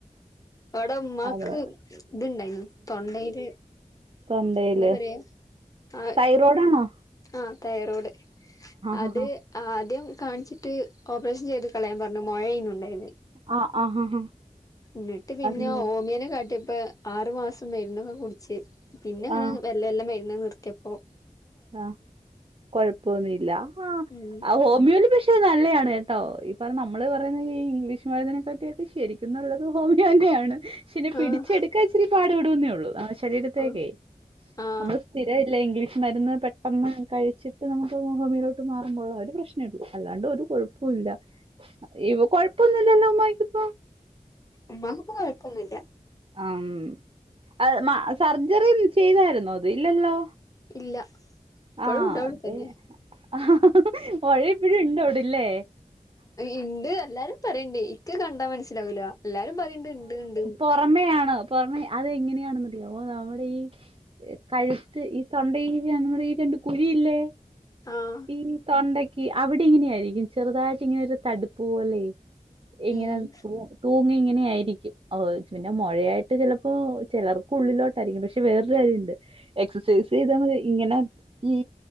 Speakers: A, on the left; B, on the right.
A: ഇവിടെ ഉമ്മാക്ക്
B: അത്
A: ഇത്ണ്ടായിനു തൊണ്ടയില്
B: തൊണ്ടേല്
A: എന്താ പറയാ ആഹ്
B: തൈറോഡാണോ
A: ആഹ് തയറോഡ് അത്
B: ഹാ ഹാ
A: ആദ്യം കാണിച്ചിട്ട് ഓപ്പറേഷൻ ചെയ്ത് കളയാൻ പറഞ്ഞു മൊഴയായിനു ഉണ്ടായേന്.
B: ആഹ്- ആഹ് ഹ ഹാ.
A: എന്നിട്ട് പിന്നെ
B: എന്നിട്ട്
A: ഹോ മിയനെ കാട്ടിയപ്പെ ആറു മാസം മരുന്നൊക്കെ കുടിച്ച് പിന്നെ അങ്ങനങ്ങ്
B: ആ
A: വെല്ലെ വെല്ലെ മരുന്നു നിർത്തിയപ്പോൾ
B: ആഹ്, കൊഴപ്പൊന്നുമില്ല ആഹ്
A: ഉം
B: ആ ഹോമിയോൽ പ്രശ്നം നല്ലയാണ് കേട്ടോ, ഈ പറ നമ്മൾ റയുന്ന ഈ ഇംഗ്ലീഷ് മരുന്നിനെക്കാട്ടിയൊക്കെ ശരിക്കും നല്ലത് ഹോമിയോ തന്നെയാണ് പക്ഷെ ഇതിനെ പിടിച്ചെടുക്കാൻ
A: ആഹ്
B: ഇച്ചിരി പാടുപെടൂന്നെ ഉള്ളൂ. ശരീരത്തേക്കെ
A: ആഹ് ആഹ്
B: നമ്മൾ സ്ഥിര ഇല്ല ഇംഗ്ലീഷ് മരുന്ന് പെട്ടെന്ന് കഴിച്ചിട്ട് നമുക്ക് ഹോ ഹോമിയയിലോട്ട് മാറുമ്പോള്ള ഒരു പ്രശ്നം. നെടു അല്ലാണ്ട് ഒരു കൊഴപ്പുല്ല ഇവ് കൊഴപ്പൊന്നുല്ലല്ലോ ഉമ്മായിക്കിപ്പം.
A: ഉമ്മാക്ഇ പ്പം കൊഴപ്പൊന്നു ഇല്ല.
B: ആം. അത് മ സർജറി ചെയ്തായിരുന്നോ, അത് ഇല്ലല്ലോ?
A: ഇല്ല. ഇപ്പഴും
B: ആ,
A: ഉണ്ട് അവിടെ
B: അതെ
A: തന്നെ
B: ആ പുഴ യിപ്പോഴും ഉണ്ടവിടെയല്ലേ
A: ഇണ്ട് എല്ലാരും പറയണ്ട് ഇക്ക് കണ്ടാ മനസ്സിലാവൂലാ എല്ലാരും പറയണ്ട് ഇണ്ട് ഇണ്ട്.
B: പൊറമെയാണോ പൊറമെ അത് എങ്ങനെയാണെന്നറിയാവോ നമ്മുടെ ഈ കഴുത്ത് ഈ തൊണ്ട ഈ നമ്മുടെ ഈ രണ്ട് കുഴിയില്ലേ
A: ആഹ്
B: ഈ തൊണ്ടെ ക്ക് അവിടെ ഇങ്ങനെ ആയിരിക്കും. ചെറുതായിട്ട് ഇങ്ങനെ ഒരു തടുപ്പ് പോലെ ഇങ്ങനെ
A: ഉം
B: ത്രൂ തൂങ്ങി ഇങ്ങനെ ആയിരിക്കും. അത് പിന്നെ മൊഴയായിട്ട് ചിലപ്പോ ചെലർക്കുള്ളിലോട്ടായിരിക്കും പക്ഷെ വേറൊരു കാര്യുണ്ട്. എക്സസൈസ് ചെയ്താ മതി ഇങ്ങനെ ഈ